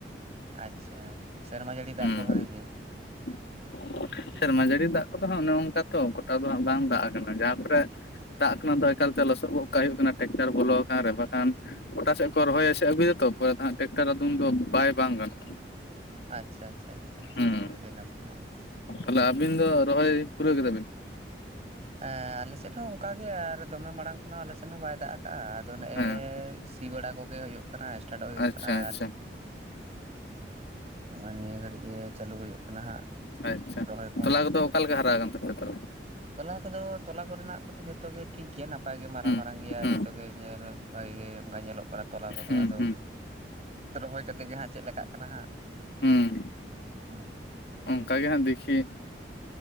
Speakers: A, on the right; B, on the left.
A: ᱟᱪᱪᱷᱟ ᱟᱪᱪᱷᱟ ᱥᱮᱨᱢᱟ ᱡᱟᱹᱲᱤ ᱫᱟᱜᱽ
B: ᱦᱩᱸ
A: ᱠᱚ ᱵᱷᱟᱹᱜᱮ ᱜᱮ
B: <inaudible> ᱥᱮᱨᱢᱟ ᱡᱟᱹᱲᱤ ᱫᱟᱜᱽ ᱠᱚᱫᱚ ᱦᱟᱸᱜ ᱚᱱᱮ ᱚᱱᱠᱟ ᱛᱚ ᱜᱚᱴᱟ ᱫᱚ ᱦᱟᱸᱜ ᱵᱟᱝ ᱫᱟᱜᱽ ᱟᱠᱟᱱᱟ ᱡᱟᱦᱟᱸ ᱠᱚᱨᱮ ᱫᱟᱜᱽ ᱠᱟᱱᱟ ᱫᱚ ᱮᱠᱟᱞᱛᱮ ᱞᱚᱥᱚᱫ ᱜᱚᱫ ᱠᱟᱜ ᱦᱩᱭᱩᱜ ᱠᱟᱱᱟ ᱴᱮᱠᱴᱟᱨ ᱵᱚᱞᱚ ᱟᱠᱟᱱ ᱨᱮ ᱵᱟᱠᱷᱟᱱ ᱜᱚᱴᱟ ᱥᱮᱫ ᱠᱚ ᱨᱚᱦᱚᱭ ᱮᱥᱮᱫ ᱟᱹᱜᱩᱭᱟ ᱛᱚ ᱯᱚᱨᱮ ᱛᱮᱦᱟᱜ ᱴᱮᱠᱴᱟᱨ ᱩᱱ ᱫᱚ ᱵᱟᱭ ᱵᱟᱝ ᱜᱟᱱᱚᱜᱼᱟ
A: ᱟᱪᱪᱷᱟ ᱟᱪᱪᱷᱟ ᱪᱷᱟ
B: ᱦᱩᱸ
A: ᱪᱷᱟ ᱟᱹᱰᱤ ᱱᱟᱯᱟᱭ
B: ᱛᱟᱦᱚᱞᱮ ᱟᱹᱵᱤᱱ ᱫᱚ ᱨᱚᱦᱚᱭ ᱯᱩᱨᱟᱹᱣ ᱠᱮᱫᱟ ᱵᱤᱱ?
A: ᱦᱮᱸ ᱟᱞᱮᱥᱮᱫ ᱦᱚᱸ ᱚᱱᱠᱟ ᱜᱮ ᱟᱨ ᱫᱚᱢᱮ ᱢᱟᱲᱟᱝ ᱠᱷᱚᱱᱟᱜ ᱟᱞᱮᱥᱮᱫ ᱦᱚᱸ ᱵᱟᱭ ᱫᱟᱜᱽ ᱟᱫᱚ ᱱᱮᱸᱜᱼᱮᱭ
B: ᱦᱮᱸ
A: ᱥᱤ ᱵᱟᱲᱟ ᱠᱚᱜᱮ ᱦᱩᱭᱩᱜ ᱠᱟᱱᱟ ᱮᱥᱴᱟᱴᱚᱜ ᱦᱩᱭᱩᱜ
B: ᱟᱪᱪᱷᱟ
A: ᱠᱟᱱᱟ
B: ᱟᱪᱪᱷᱟ
A: ᱟᱨ ᱫᱤ ᱱᱚᱜᱼᱚᱭ ᱱᱤᱭᱟᱹ ᱜᱷᱟᱹᱲᱤᱡᱽ ᱜᱮ ᱪᱟᱹᱞᱩ ᱦᱩᱭᱩᱜ ᱠᱟᱱᱟ ᱦᱟᱸᱜ
B: ᱟᱪᱪᱷᱟ
A: ᱨᱚᱦᱚᱭ ᱠᱚᱦᱚᱸ
B: ᱛᱚᱞᱟ ᱠᱚᱫᱚ ᱚᱠᱟ ᱞᱮᱠᱟ ᱦᱟᱨᱟ ᱟᱠᱟᱱ ᱛᱟᱯᱮᱭᱟ ᱛᱚᱦᱞᱮ
A: ᱛᱚᱞᱟ ᱠᱚᱫᱚ ᱛᱚᱞᱟ ᱠᱚᱨᱮᱱᱟᱜ ᱠᱚᱫᱚ ᱡᱷᱚᱛᱚ ᱜᱮ ᱴᱷᱤᱠ ᱜᱮᱭᱟ ᱱᱟᱯᱟᱭ ᱜᱮ ᱢᱟᱨᱟᱝ
B: ᱦᱩᱸ
A: ᱢᱟᱨᱟᱝ ᱜᱮᱭᱟ
B: ᱦᱩᱸ
A: ᱡᱷᱚᱛᱚ ᱜᱮ ᱧᱮᱞ ᱵᱷᱟᱜᱮ ᱜᱮ ᱚᱱᱠᱟ ᱧᱮᱞᱚᱜ ᱠᱟᱱᱟ ᱛᱚᱞᱟ ᱠᱚᱫᱚ
B: ᱦᱩᱸ
A: ᱟᱫᱚ
B: ᱦᱩᱸ
A: ᱨᱚᱦᱚᱭ ᱠᱟᱛᱮ ᱜᱮ ᱦᱟᱸᱜ ᱪᱮᱫᱞᱮᱠᱟᱜ ᱠᱟᱱᱟ ᱦᱟᱸᱜ
B: ᱦᱩᱸ
A: ᱦᱮᱸ
B: ᱚᱱᱠᱟ ᱜᱮ ᱦᱟᱸᱜ ᱫᱮᱠᱷᱤ